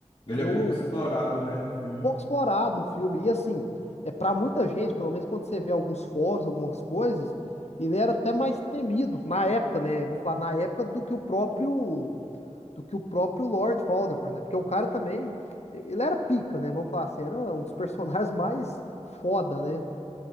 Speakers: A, on the left; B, on the left.
A: Ele
B: Eu,
A: é pouco explorado, né, no filme.
B: pouco explorado no filme. E assim, é para muita gente, pelo menos quando você vê alguns fóruns, algumas coisas, ele era até mais temido na época, né? Vou falar na época do que o próprio do que o próprio Lord Voldemort, né? Porque o cara também, ele era pica, né? Vamos falar assim, era um dos <laughs> personagens mais foda, né?